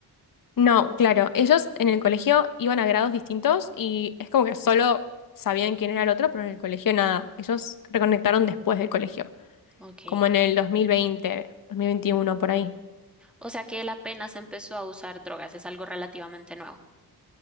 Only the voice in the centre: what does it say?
Ok.
O sea que él apenas empezó a usar drogas, es algo relativamente nuevo.